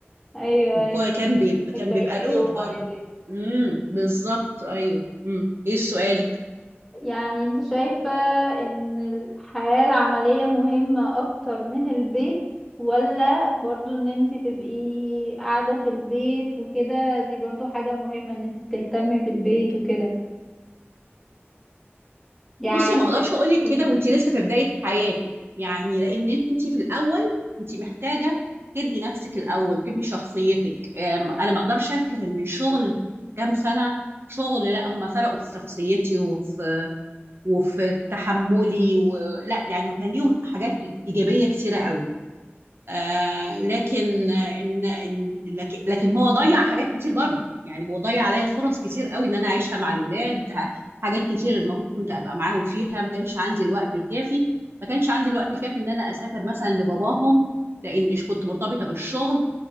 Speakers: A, in the centre; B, on the right.
A: ايوه
B: وكان
A: ايوه لما
B: بيبقى
A: عندك
B: كان
A: بقية
B: بيبقى لود
A: اليوم
B: برضو
A: عادي
B: امم بالظبط ايوه امم ايه سؤالك
A: يعني انت شايفة ان الحياة العملية مهمة اكتر من البيت ولا برضو ان انت تبقي قاعدة في البيت وكده دي برضو حاجة مهمة ان انت تهتمي بالبيت وكده يعني
B: بصي ما اقدرش اقول لك
A: امم
B: كده وانت لسه في بدايه حياتك يعني لان انت في الاول انت محتاجه تبني نفسك الاول تبني شخصيتك أم، انا ما اقدرش انكر ان الشغل كام سنه شغل لا هم فرقوا في شخصيتي وفي وفي تحملي ولا يعني هو كان ليهم حاجات ايجابيه كثيره قوي آه لكن آه، ان ان لكن لكن هو ضيع حاجات كتير برضه يعني هو ضيع عليا فرص كتير قوي ان انا اعيشها مع الولاد ه- حاجات كتير المفروض كنت ابقى معاهم فيها ما كانش عندي الوقت الكافي ما كانش عندي الوقت الكافي ان انا اسافر مثلا لباباهم لان مش كنت مرتبطه بالشغل